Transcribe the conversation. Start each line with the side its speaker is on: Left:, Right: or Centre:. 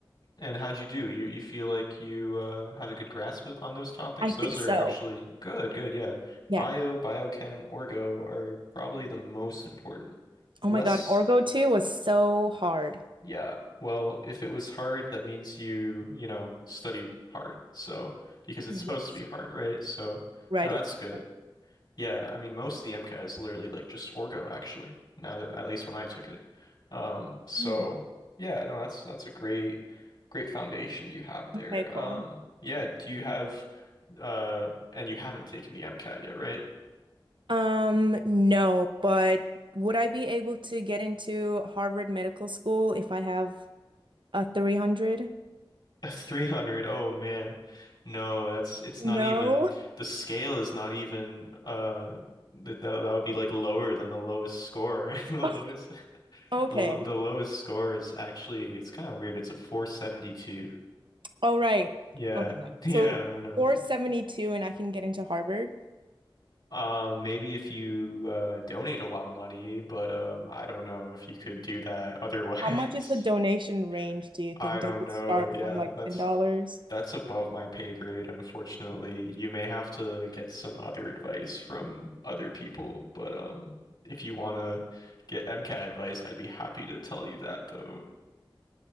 Left: And how'd you do? You you feel like you uh, have a good grasp of- on those topics?
Right: I think
Left: Those are
Right: so.
Left: actually good. Good. Yeah.
Right: Yeah.
Left: Bio, biochem, orgo are probably the most important.
Right: Oh
Left: Less
Right: my God, Orgo 2 was so hard.
Left: Yeah. Well, if it was hard, that means you, you know, studied hard. So, because it's
Right: Yes,
Left: supposed to be hard, right? So,
Right: right.
Left: no, that's
Right: It's
Left: good. Yeah, I mean, most of the MCAT is literally like just Orgo, actually. Now that at least when I took it. Um, so
Right: okay.
Left: yeah, no, that's that's a great, great foundation you have there.
Right: Okay, cool.
Left: Um, yeah, do you have uh, and you haven't taken the MCAT yet, right?
Right: Um, no, but would I be able to get into Harvard Medical School if I have a 300?
Left: <laughs> 300. Oh man. No, that's it's
Right: No.
Left: not even the scale is not even uh th- that that would be like lower than the lowest score. <laughs> The
Right: <laughs>
Left: lowest
Right: Okay.
Left: the, l- the lowest score is actually it's kind of weird. It's a 472.
Right: All right.
Left: Yeah.
Right: Okay.
Left: <laughs> Yeah,
Right: So
Left: I know.
Right: 472
Left: It's,
Right: and I can get into Harvard.
Left: um maybe if you uh donate a lot of money, but um I don't know if you could do that otherwise.
Right: How much is the donation range,
Left: <laughs>
Right: do you think?
Left: I don't
Right: Does it
Left: know.
Right: start
Left: Yeah,
Right: from like
Left: that's
Right: $10?
Left: That's above my pay grade, unfortunately. You may have to get some other advice from other people, but um, if you want to get MCAT advice, I'd be happy to tell you that though.